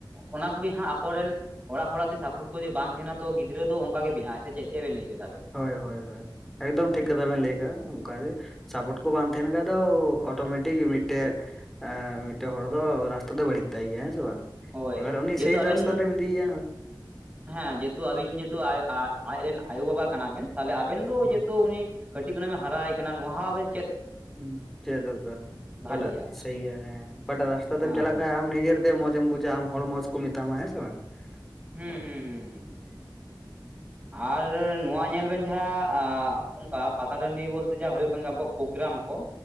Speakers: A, on the right (about 15°); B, in the centre.
A: ᱚᱱᱟ ᱠᱩᱜᱤ ᱦᱟᱸᱜ ᱟᱠᱚᱨᱮᱱ ᱚᱲᱟᱜ ᱦᱚᱲᱟᱜ ᱡᱮ ᱥᱟᱯᱳᱴ ᱠᱚ ᱡᱮ ᱵᱟᱝ ᱛᱮᱦᱮᱱᱟ ᱛᱚ ᱜᱤᱫᱽᱨᱟᱹ ᱫᱚ ᱚᱱᱠᱟ ᱜᱮ ᱵᱤᱱᱟᱜ ᱟᱭ ᱥᱮ ᱪᱮᱫ ᱪᱮᱫ ᱵᱮᱱ ᱞᱟᱹᱭ ᱪᱚᱭᱫᱟ?
B: ᱦᱳᱭ ᱦᱳᱭ ᱦᱳᱭ ᱮᱠᱫᱚᱢ ᱴᱷᱤᱠ ᱠᱟᱛᱷᱟ ᱵᱮᱱ ᱞᱟᱹᱭ ᱠᱟᱜᱼᱟ ᱚᱱᱠᱟᱜᱮ᱾ ᱥᱟᱯᱳᱴ ᱠᱚ ᱵᱟᱝ ᱛᱮᱦᱮ ᱱᱮᱠᱷᱟᱡ ᱫᱚ ᱚᱴᱳᱢᱮᱴᱤᱠ ᱢᱤᱫᱴᱮᱡᱼᱼ ᱢᱤᱫᱴᱮᱡ ᱦᱚᱲ ᱫᱚ ᱨᱟᱥᱛᱟ ᱫᱚᱭ ᱵᱟᱹᱲᱤᱡ ᱛᱟᱭ ᱜᱤᱭᱟ ᱦᱮᱸ ᱥᱮ ᱵᱟᱝ
A: ᱦᱳᱭ
B: ᱮᱵᱟᱨ ᱩᱱᱤ
A: ᱡᱮᱦᱮᱛᱩ
B: ᱥᱮᱭ
A: ᱟᱵᱮᱱ
B: ᱨᱟᱥᱛᱟ ᱛᱮᱢ ᱤᱫᱤᱭᱟ ᱦᱳ᱾
A: ᱦᱮᱸ ᱡᱮᱦᱮᱛᱩ ᱟᱹᱵᱤᱱ ᱡᱮᱦᱮᱛᱩ ᱟᱡ ᱟᱡᱨᱮᱱ ᱟᱭᱳ ᱵᱟᱵᱟ ᱠᱟᱱᱟ ᱵᱮᱱ ᱛᱟᱦᱞᱮ ᱟᱵᱮᱱ ᱫᱚ
B: ᱦᱩᱸ
A: ᱡᱮᱦᱮᱛᱩ ᱩᱱᱤᱼᱼ ᱠᱟᱹᱴᱤᱡ ᱠᱷᱚᱱᱟᱜ ᱵᱮᱱ ᱦᱟᱨᱟᱭᱮ ᱠᱟᱱᱟ ᱱᱚᱣᱟ ᱦᱚᱸ ᱟᱵᱮᱱᱼᱼ
B: ᱦᱩᱸ ᱪᱮᱫ ᱫᱚᱨᱠᱟᱨ ᱚᱠᱟᱴᱟᱜ
A: ᱵᱷᱟᱞᱮᱭᱟ
B: ᱥᱟᱹᱦᱤᱭᱟ ᱦᱮᱸ ᱚᱠᱟᱴᱟᱜ ᱨᱟᱥᱛᱟ ᱛᱮᱢ
A: ᱦᱮᱸ
B: ᱪᱟᱞᱟᱜ
A: ᱦᱮᱸ
B: ᱠᱷᱟᱡ ᱟᱢ ᱱᱤᱡᱮᱨᱼᱼ ᱛᱮ ᱢᱚᱡᱽ ᱮᱢ ᱵᱩᱡᱟ ᱟᱢ ᱦᱚᱲ ᱢᱚᱸᱡᱽ ᱠᱚ ᱢᱮᱛᱟᱢᱟ ᱦᱮᱸ ᱥᱮ ᱵᱟᱝ,
A: ᱦᱩᱸ
B: ᱦᱳᱭ
A: ᱦᱩᱸ ᱦᱩᱸ ᱦᱩᱸ ᱦᱩᱸ ᱟᱨ ᱱᱚᱣᱟ ᱧᱮᱞ ᱵᱮᱱ ᱡᱟᱦᱟᱸ ᱚᱱᱠᱟ ᱯᱟᱛᱟ ᱴᱟᱺᱰᱤ ᱵᱚᱞᱛᱮ ᱡᱟ ᱦᱳᱭᱳᱜᱼᱼ ᱠᱟᱱ ᱟᱵᱚᱣᱟᱜ ᱯᱨᱳᱜᱨᱟᱢ ᱠᱚ